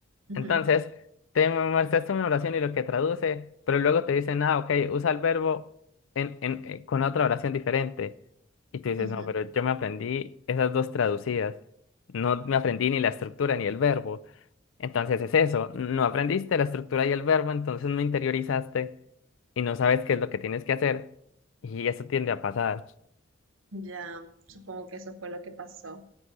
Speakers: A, on the right; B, on the left.
A: Ujú,
B: Entonces, te memorizaste una oración y lo que traduce, pero luego te dicen, ah, ok, usa el verbo en, en, eh, con otra oración diferente. Y tú dices,
A: ujú.
B: no, pero yo me aprendí esas dos traducidas, no me aprendí ni la estructura ni el verbo. Entonces es eso, no aprendiste la estructura y el verbo, entonces no interiorizaste y no sabes qué es lo que tienes que hacer y eso tiende a pasar.
A: Ya, supongo que eso fue lo que pasó.